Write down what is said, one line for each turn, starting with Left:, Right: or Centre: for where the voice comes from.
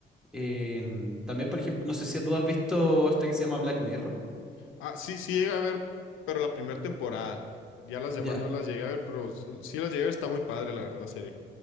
Centre: Em, también, por ejemplo, no sé si tú has visto esta que se llama Black Mirror.
Left: Ah, sí, sí llegué a ver, pero la primera temporada. Ya las demás
Centre: Ya.
Left: no las llegué a ver, pero s- sí las llegué a ver, está muy padre, la verdad, la serie.